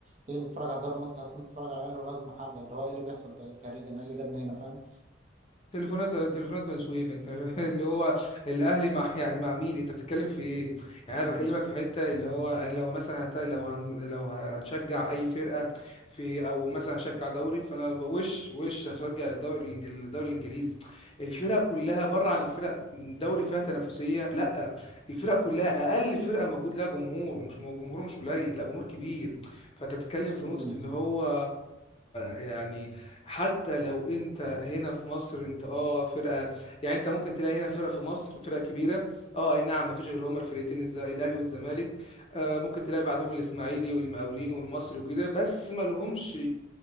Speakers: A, on the right; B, on the left.
A: تيجي تتفرج على الدوري المصري تحس انك بتتفرج على الاهلي وغاز محله اللي هو ايه اللي بيحصل ده إيه التهريج انا ايه اللي جابني هنا فاهم
B: تليفونات تليفونات بني سويف انت <laughs> اللي هو الاهلي مع <laughs> يعني مع مين انت بتتكلم في ايه يعني
A: مم.
B: انا بكلمك في حته اللي هو انا لو مثلا هت... لو هن... لو هشجع اي فرقه في او مثلا هشجع دوري فانا وش وش هشجع الدوري الإنج- الدوري الانجليزي الفرق كلها بره عن الفرق دوري فيها تنافسيه لا الفرق كلها اقل فرقه موجود لها جمهور ومش جمهور مش قليل لا جمهور كبير فانت بتتكلم في
A: مم.
B: نقطه اللي هو يعني حتى لو انت هنا في مصر انت اه فرقه يعني انت ممكن تلاقي هنا فرقه في مصر فرقه كبيره اه اي نعم مفيش غير هما الفرقتين الز- الاهلي والزمالك آه ممكن تلاقي بعدهم الاسماعيلي والمقاولين والمصري وكده بس ما لهمش